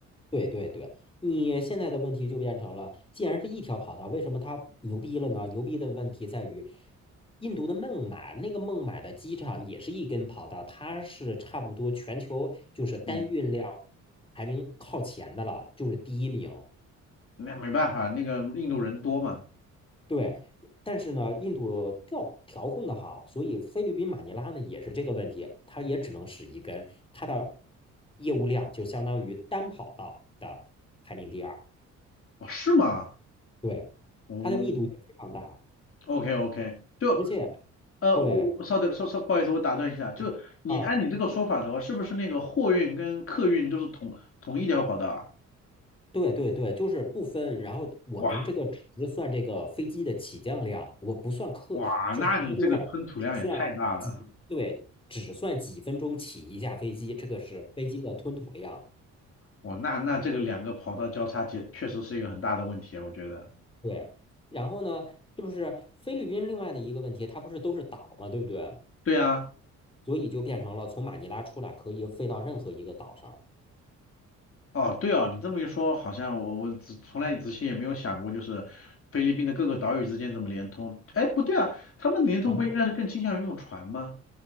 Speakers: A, on the left; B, on the left.
A: 对对对，你现在的问题就变成了，既然是一条跑道，为什么它牛逼了呢？牛逼的问题在于，印度的孟买，那个孟买的机场也是一根跑道，它是差不多全球就是单运量排名靠前的了，
B: 嗯。
A: 就是第一名。
B: 那没办法，那个印度人多嘛。
A: 对，但是呢，印度调调控的好，所以菲律宾马尼拉呢也是这个问题，它也只能使一根，它的业务量就相当于单跑道的排名第二。
B: 哦，是吗？
A: 对，
B: 哦
A: 它的密度也非常大，
B: ，OK OK，就
A: 而且
B: 呃，
A: 对，
B: 我我稍等，稍稍不好意思，我打断一下，就你按你这个说法的话，
A: 嗯啊，
B: 是不是那个货运跟客运都是同同一条跑道啊？
A: 对对对，就是不分。然后我们这个只是算这个飞机的起降量，
B: 哇
A: 我不算客，
B: 哇，
A: 就是拉多少，
B: 那你这个吞吐量也太大了，
A: 只算几，对，只算几分钟起一架飞机，这个是飞机的吞吐量。
B: 哇，那那这个两个跑道交叉，确确实是一个很大的问题啊，我觉得。
A: 对，然后呢，就是菲律宾另外的一个问题，它不是都是岛嘛，对不对？
B: 对啊，
A: 所以就变成了从马尼拉出来可以飞到任何一个岛上，
B: 哦，对哦，你这么一说，好像我我之从来之前也没有想过，就是菲律宾的各个岛屿之间怎么联通。哎，不对啊，他们联通不应该是更倾向于用船吗？
A: 全部